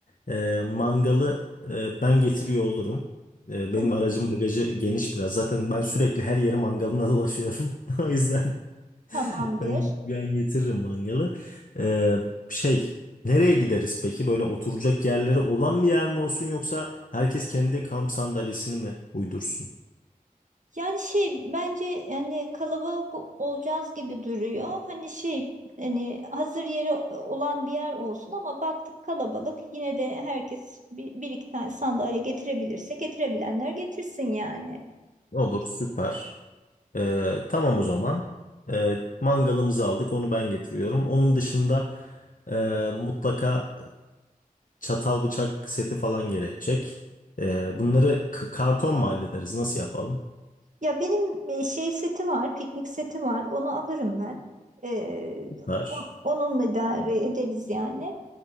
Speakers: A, on the left; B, on the right.
A: Ee, mangalı e, ben getiriyor olurum. Ee,
B: ta-
A: benim aracım bagajı geniş biraz. Zaten ben sürekli her yere mangalına dolaşıyorum. <laughs> O yüzden
B: tamamdır.
A: ben, ben getiririm mangalı. Ee, şey nereye gideriz peki? Böyle oturacak yerleri olan bir yer mi olsun yoksa herkes kendi kamp sandalyesini mi uydursun?
B: Yani şey bence hani kalabalık o- olacağız gibi duruyor. Hani şey hani hazır yeri e, olan bir yer olsun ama baktık kalabalık yine de herkes bir, bir iki tane sandalye getirebilirse getirebilenler getirsin yani.
A: Olur süper. Ee, tamam o zaman. Ee, mangalımızı aldık, onu ben getiriyorum. Onun dışında e, mutlaka çatal bıçak seti falan gerekecek. Ee, bunları k- karton mu hallederiz? Nasıl yapalım?
B: Ya benim e, şey seti var, piknik seti var. Onu alırım ben. Ee,
A: Ver.
B: o- onunla idare ederiz yani.